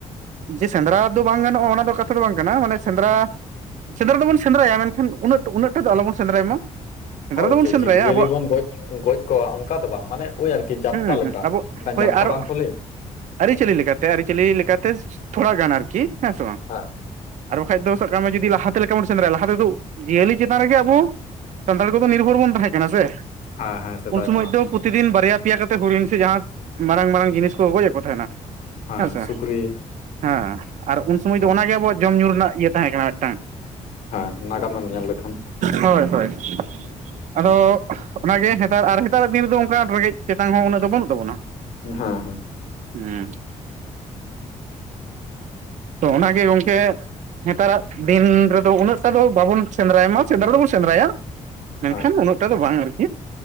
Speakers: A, on the right; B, on the left.
A: ᱡᱮ ᱥᱮᱸᱫᱽᱨᱟ ᱫᱚ ᱵᱟᱝ ᱜᱟᱱᱚᱜ-ᱟ ᱚᱱᱟ ᱫᱚ ᱠᱟᱛᱷᱟ ᱫᱚ ᱵᱟᱝ ᱠᱟᱱᱟ, ᱢᱟᱱᱮ ᱥᱮᱸᱫᱽᱨᱟ᱾ ᱥᱮᱸᱫᱽᱨᱟ ᱫᱚᱵᱚᱱ ᱥᱮᱸᱫᱽᱨᱟᱭᱟ ᱢᱮᱱᱠᱷᱟᱱ ᱩᱱᱟᱹᱜ ᱩᱱᱟᱹᱜ ᱴᱟ ᱫᱚ ᱟᱞᱚᱵᱚᱱ ᱥᱮᱸᱫᱽᱨᱟᱭ ᱢᱟ᱾ ᱥᱮᱸᱫᱽᱨᱟ
B: ᱦᱳᱭ
A: ᱫᱚᱵᱚᱱ
B: ᱡᱮ
A: ᱥᱮᱸᱫᱽᱨᱟᱭᱟ
B: ᱡᱤᱵᱽ ᱡᱤᱭᱟᱹᱞᱤ
A: ᱟᱵᱚᱣᱟᱜ
B: ᱵᱚᱱ ᱜᱚᱡ, ᱜᱚᱡ ᱠᱚᱣᱟ ᱚᱱᱠᱟ ᱫᱚ ᱵᱟᱝ ᱢᱟᱱᱮ ᱳᱭ ᱟᱨᱠᱤ᱾ ᱠᱤ, ᱡᱟᱛᱛᱟ
A: ᱦᱩᱸ
B: ᱞᱮᱠᱟ,
A: ᱦᱩᱸ ᱟᱵᱚ
B: ᱢᱤᱫᱴᱟᱝ
A: ᱦᱳᱭ
B: ᱡᱟᱛᱛᱟ
A: ᱟᱨᱚ
B: ᱵᱟᱝᱠᱚ ᱞᱟᱹᱭᱟ᱾
A: ᱟᱹᱨᱤᱪᱟᱹᱞᱤ ᱞᱮᱠᱟᱛᱮ, ᱟᱹᱨᱤᱪᱟᱹᱞᱤ ᱞᱮᱠᱟᱛᱮ ᱛᱷᱚᱲᱟ ᱜᱟᱱ ᱟᱨᱠᱤ ᱦᱮᱸ ᱥᱮ ᱵᱟᱝ᱾
B: ᱦᱮᱸ᱾
A: ᱟᱨ ᱵᱟᱠᱷᱟᱡ ᱫᱚ ᱥᱟᱵ ᱠᱟᱜ ᱢᱮ ᱡᱩᱫᱤ ᱞᱟᱦᱟ ᱛᱮ ᱞᱮᱠᱟ ᱵᱚᱱ ᱥᱮᱸᱫᱽᱟᱭᱟ ᱞᱟᱦᱟ ᱛᱮᱫᱚ ᱡᱤᱭᱟᱹᱞᱤ ᱪᱮᱛᱟᱱ ᱨᱮᱜᱮ ᱟᱵᱚ᱾ ᱥᱟᱱᱛᱟᱲ ᱠᱚᱫᱚ ᱱᱤᱨᱵᱷᱚᱨ ᱵᱚᱱ ᱛᱟᱦᱮᱸ ᱠᱟᱱᱟ ᱥᱮ
B: ᱦᱮᱸ ᱦᱮᱸ ᱥᱮᱫᱟᱭ
A: ᱩᱱ ᱥᱚᱢᱚᱭ
B: ᱠᱷᱚᱱᱟᱜ
A: ᱫᱚ
B: ᱢᱟ
A: ᱯᱨᱚᱛᱤ ᱫᱤᱱ ᱵᱟᱨᱭᱟ᱾ ᱯᱮᱭᱟ ᱠᱟᱛᱮ ᱦᱚᱨᱤᱱ ᱥᱮ ᱡᱟᱦᱟᱸ ᱢᱟᱨᱟᱝ ᱢᱟᱨᱟᱝ ᱡᱤᱱᱤᱥ ᱠᱚ ᱜᱚᱡ ᱮᱫ ᱠᱚ ᱛᱟᱸᱦᱮᱱᱟ
B: ᱦᱮᱸ
A: ᱦᱮᱸᱥᱮ᱾
B: ᱥᱩᱠᱨᱤ
A: ᱦᱮᱸ ᱟᱨ ᱩᱱ ᱥᱚᱢᱚᱭ
B: ᱦᱮᱸ
A: ᱫᱚ ᱚᱱᱟᱜᱮ ᱟᱵᱚᱣᱟᱜ ᱡᱚᱢ ᱧᱩ ᱨᱮᱱᱟᱜ ᱤᱭᱟᱹ ᱛᱟᱦᱮᱸ ᱠᱟᱱᱟ ᱢᱮᱫᱴᱟᱝ᱾
B: ᱦᱮᱸ ᱱᱟᱜᱟᱢᱮᱢ ᱧᱮᱞ ᱞᱮᱠᱷᱟᱱ᱾
A: ᱦᱳᱭ ᱦᱳᱭ ᱟᱫᱚ ᱚᱱᱟᱜᱮ ᱱᱮᱛᱟᱨ ᱟᱨ ᱱᱮᱛᱟᱨᱟᱜ ᱫᱤᱱ ᱨᱮᱫᱚ ᱚᱝᱠᱟ ᱨᱮᱸᱜᱮᱡ᱾ ᱛᱮᱛᱟᱝ ᱦᱚᱸ ᱩᱱᱟᱹᱜ ᱫᱚ ᱵᱟᱹᱱᱩᱜ ᱛᱟᱵᱚᱱᱟ᱾
B: ᱦᱩᱸ ᱦᱩᱸ᱾
A: ᱦᱩᱸ, ᱛᱚ ᱚᱱᱟᱜᱮ ᱜᱚᱝᱠᱮ᱾ ᱱᱮᱛᱟᱨᱟᱜ ᱫᱤᱱ ᱨᱮᱫᱚ ᱩᱱᱟᱹᱜ ᱴᱟ ᱫᱚ ᱵᱟᱵᱚᱱ ᱥᱮᱸᱫᱽᱨᱟᱭ ᱢᱟ ᱥᱮᱸᱫᱽᱨᱟ ᱫᱚ ᱵᱚᱱ ᱥᱮᱸᱫᱽᱨᱟᱭᱟ᱾ ᱢᱮᱱᱠᱷᱟᱱ
B: ᱦᱮᱸ
A: ᱩᱱᱟᱹᱜ ᱴᱟ ᱫᱚ ᱵᱟᱝ ᱟᱨᱠᱤ᱾